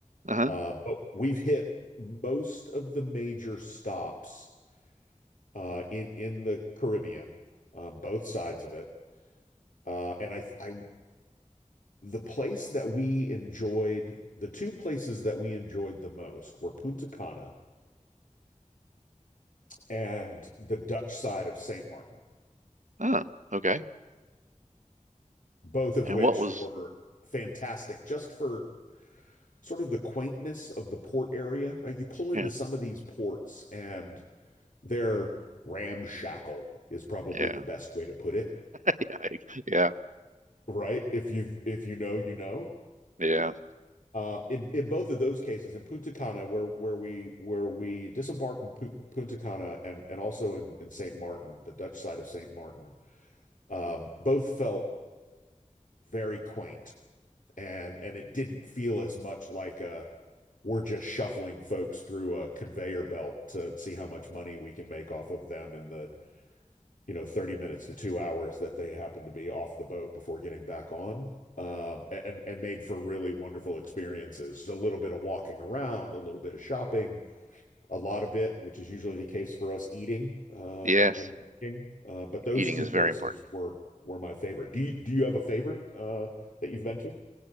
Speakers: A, on the right; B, on the left.
A: uh-huh.
B: Uh, but we've hit most of the major stops uh, in in the Caribbean, uh, both sides of it. Uh, and I, I the place that we enjoyed, the two places that we enjoyed the most were Punta Cana and the Dutch side of St. Martin,
A: Oh, okay.
B: both of
A: And
B: which
A: what was,
B: were fantastic just for sort of the quaintness of the port area, right? You pull into
A: yeah,
B: some of these ports and they're ramshackle is probably
A: yeah,
B: the best way to put it,
A: <laughs> yeah, yeah,
B: right? If you've if you know, you know.
A: yeah.
B: Um, in, in both of those cases, in Punta Cana, where where we where we disembarked in Punta Cana and and also in in Saint Martin, the Dutch side of Saint Martin, um, both felt very quaint and and it didn't feel as much like a we're just shuffling folks through a conveyor belt to see how much money we can make off of them in the, you know, 30 minutes to two hours that they happen to be off the boat before getting back on. Um, and and made for really wonderful experiences. Just a little bit of walking around, a little bit of shopping, a lot of bit, which is usually the case for us eating uh,
A: Yes,
B: and and drinking. Uh, but those
A: eating
B: two
A: is
B: places
A: very important.
B: were were my favorite. Do you, do you have a favorite uh, that you've been to?